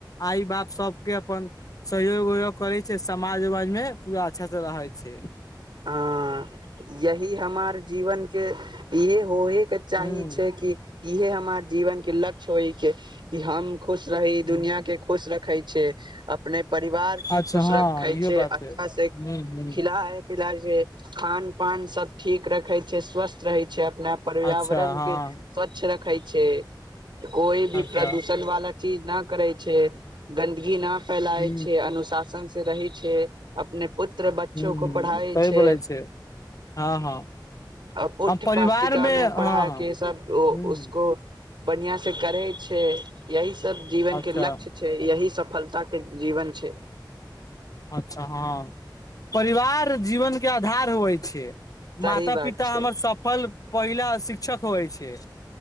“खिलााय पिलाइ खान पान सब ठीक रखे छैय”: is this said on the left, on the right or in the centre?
Right